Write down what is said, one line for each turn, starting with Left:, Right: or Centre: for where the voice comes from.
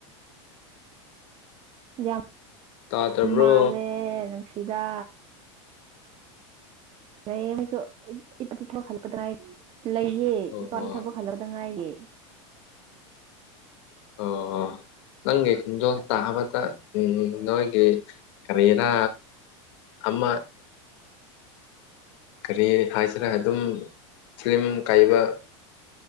Right: ꯌꯥꯝ
Left: ꯇꯥꯗꯕ꯭ꯔꯣ
Right: ꯌꯥꯝ ꯃꯥꯜꯂꯦ ꯅꯨꯡꯁꯤꯗꯥ ꯂꯩꯑꯦ ꯃꯣꯏꯁꯨ ꯏꯄꯄꯥꯏ ꯂꯩꯌꯦ
Left: ꯑꯣ
Right: ꯏꯄꯥꯀꯤ
Left: ꯑꯣ
Right: ꯊꯕꯛ ꯍꯜꯂꯛꯇ ꯉꯥꯏꯒꯦ
Left: ꯑꯣ ꯅꯪꯒꯤ ꯀꯟꯗꯣꯜ ꯇꯥꯕꯠꯇ ꯎꯝ ꯅꯒꯤ ꯀꯔꯤꯅꯥ ꯑꯃ ꯀꯔꯤ ꯍꯥꯏꯁꯤꯔꯦ ꯑꯗꯨꯝ ꯐꯤꯂꯝ ꯀꯥꯏꯕ